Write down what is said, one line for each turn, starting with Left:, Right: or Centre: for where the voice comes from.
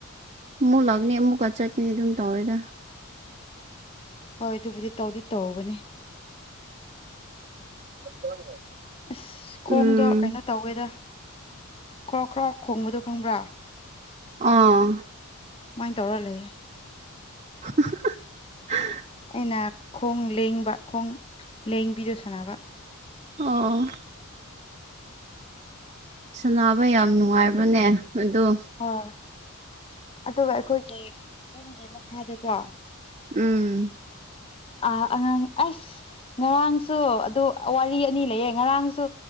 Right: ꯑꯃꯨꯛ ꯂꯥꯛꯅꯤ ꯑꯃꯨꯛꯀ ꯆꯠꯀꯅꯤ ꯑꯗꯨꯝ ꯇꯧꯋꯦꯗ꯫
Left: ꯍꯣꯏ ꯑꯗꯨꯕꯨꯗꯤ ꯇꯧꯗꯤ ꯇꯧꯕꯅꯦ꯫
Right: <unintelligible>
Left: ꯑꯁ ꯈꯣꯡꯗꯣ
Right: ꯎꯝ
Left: ꯀꯩꯅꯣ ꯇꯧꯋꯦꯗ ꯈ꯭ꯔꯣꯛ ꯈ꯭ꯔꯣꯛ ꯈꯣꯡꯕꯗꯣ ꯈꯪꯕ꯭ꯔꯥ꯫
Right: ꯑꯥ
Left: ꯃꯥꯥꯏꯅ ꯇꯧꯔ ꯂꯩꯌꯦ꯫
Right: <inaudible>
Left: ꯑꯩꯅ ꯈꯣꯡ ꯂꯦꯡꯕ ꯈꯣꯡ ꯂꯦꯡꯕꯤꯗꯣ ꯁꯥꯟꯅꯕ꯫
Right: ꯑꯣ ꯁꯅꯥꯕ ꯌꯥꯝ ꯅꯨꯡꯉꯥꯏꯕꯅꯦ ꯑꯗꯣ
Left: ꯍꯣꯏ ꯑꯗꯨꯒ ꯑꯈꯣꯏꯒꯤ ꯌꯨꯝꯒꯤ ꯃꯈꯥꯗꯀꯣ
Right: ꯎꯝ
Left: ꯑ ꯑꯉꯥꯡ ꯑꯁ ꯉꯔꯥꯡꯁꯨ ꯑꯗꯨ ꯋꯥꯔꯤ ꯑꯅꯤ ꯂꯩꯌꯦ ꯉꯔꯥꯡꯁꯨ